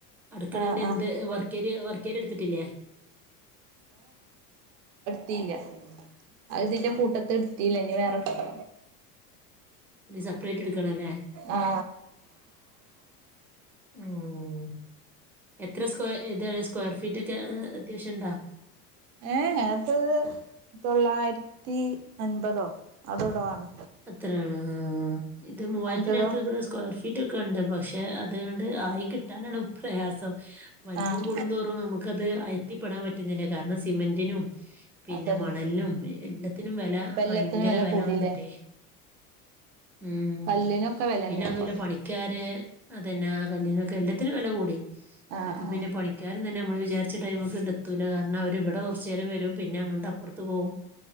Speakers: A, in the centre; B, on the right.
A: അടുക്കളൻ്റെ
B: ആഹ്
A: എന്ത്
B: ആഹ്
A: വർക്കേരിയ വർക്കേരിയ എടുത്തിട്ടില്ലേ
B: ത്തില്ല അത് ഇതിൻ്റെ കൂട്ടത്ത് കട്ടീലന്ന വേറെക്ക <inaudible>
A: ഡിസം- പ്ലേറ്റ്എടുക്കണല്ലേ
B: അ ആ
A: ഉം. എത്ര സ്ക്വയർ സ്ക്വയർ ഫീറ്റ് ഒക്കെ അത്യാവശ്യം ഉണ്ടോ
B: ഏ അത് തൊള്ളായിരത്തി അൻപതോ അതോടാണ്
A: അത്രാണ് ആ ഇത് മൂവായിരത്തിനടുത്ത്
B: അൻപതോ
A: ഇവിടെ സ്ക്വയർ ഫീറ്റ് ഒക്കെ ഉണ്ട് പക്ഷെ അതുകൊണ്ട് ആയി കിട്ടാനാണ് പ്രയാസം വലിപ്പം
B: ആഹ്
A: കൂടും തോറും നമുക്കത് ആയി എത്തിപ്പെടാൻ പറ്റുന്നില്ല കാരണം സിമെന്റിനും പിന്നെ
B: അതന്നെ
A: മണലിനും എല്ലാ- ത്തിനും വെല
B: ഇപ്പ
A: ഭയങ്കര
B: എല്ലാത്തിനും വില
A: വെല
B: കൂടില്ലേ
A: വന്നിട്ടേ ഉം
B: കല്ലിനൊക്കെ വിലന്നെ
A: പിന്നെ അതുല്ല
B: ഇപ്പൊ
A: പണിക്കാര് അതന്നെ ആ കല്ലിനൊക്കെ എല്ലാത്തിനും വില കൂടി
B: ആഹ്
A: അപ്പൊ പിന്നെ പണിക്കാരും തന്നെ നമ്മള് വിചാരിച്ച ടൈമിക്ക ഇങ്ങട് എത്തൂല കാരണം അവരിവിടെ കുറച്ചു നേരം വരും പിന്നെ അങ്ങണ്ട് അപ്പുറത്ത് പോവും